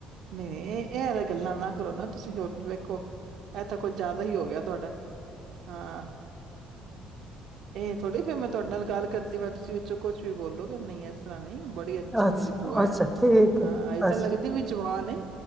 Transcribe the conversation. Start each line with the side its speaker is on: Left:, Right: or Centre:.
Right: ਨਹੀਂ ਨਹੀਂ ਇਹ ਨਾ ਨਾ ਕਰੋ ਨਾ ਤੁਸੀਂ ਹੁਣ ਨੂੰ ਵੇਖੋ ਇਹ ਤਾਂ ਕੁਝ ਜ਼ਿਆਦਾ ਹੀ ਹੋ ਗਿਆ ਤੁਹਾਡਾ ਹਾਂ ਇਹ ਥੋੜ੍ਹੀ ਫੇਰ ਮੈਂ ਤੁਹਾਡੇ ਨਾਲ ਗੱਲ ਜਲਦੀ ਵਿਚ ਤੁਸੀਂ ਵਿੱਚੋਂ ਕੁਝ ਵੀ ਬੋਲੋਗੇ ਨਹੀਂ ਏਸ ਤਰ੍ਹਾ ਇਸ ਤਰ੍ਹਾਂ ਨਹੀਂ ਬੜੀ ਅੱਛੀ
Centre: ਅੱਛਾ-ਅੱਛਾ
Right: ਮੇਰੀ ਭੂਆ ਏ
Centre: ਠੀਕ ਹੈ
Right: ਅਜੇ ਤਾਂ
Centre: ਅੱਛਾ
Right: ਲੱਗਦੀ ਵੀ ਜਵਾਨ ਏ